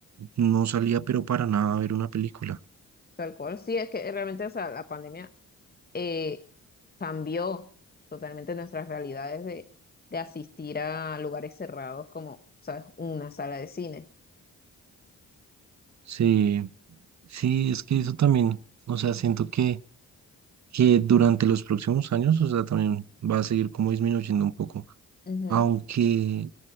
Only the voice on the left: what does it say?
Tal cual. Sí, es que realmente, o sea, la pandemia eh, cambió totalmente nuestras realidades de, de asistir a lugares cerrados como, ¿sabes? Una sala de cine.
Ujú,